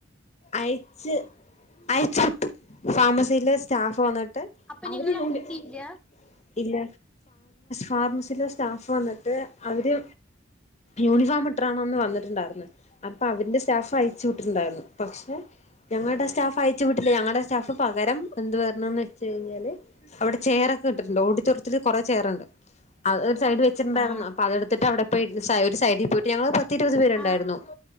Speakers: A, on the left; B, in the centre.
A: അയച്ച് വിട്ടു ഫാർമെസിലെ സ്റ്റാഫ് വന്നിട്ട്
B: അപ്പൊ
A: അവര്
B: നിങ്ങൾ
A: യൂണിയൻ
B: അറിയില്ല
A: ഇല്ല ഫാർമസിലെ സ്റ്റാഫ്- വന്നിട്ട് അവര് യൂണിഫോം ഇട്ടി <unintelligible> ട്ടണ് വന്നിട്ടുണ്ടായിരുന്നു അപ്പൊ അവന്റെ സ്റ്റാഫ് അയച്ചു വിട്ടിട്ടുണ്ടായിരുന്നു പക്ഷെ ഞങ്ങളുടെ സ്റ്റാഫ് അയച്ചു വിട്ടില്ല ഞങ്ങളുടെ സ്റ്റാഫ് പകരം എന്ത് പറഞ്ഞെന്ന് വെച്ച കഴിഞ്ഞാല് അവിടെ ചെയർക്കെ ഇട്ടിട്ടുണ്ട് ഓടിറ്റോറിയത്തിൽ കുറെ ചെയർണ്ട് അത് ഒരു സൈഡ് വെച്ചിട്ടുണ്ടായിരുന്നു
B: ആഹ്
A: അപ്പൊ അത് അതെടുത്ത്- അവിടെ പോയിരുന്ന് <unintelligible> സൈഡിൽ പോയിട്ട് ഞങ്ങള് പത്തിരുപത് പേരുണ്ടായിരുന്നു
B: ആ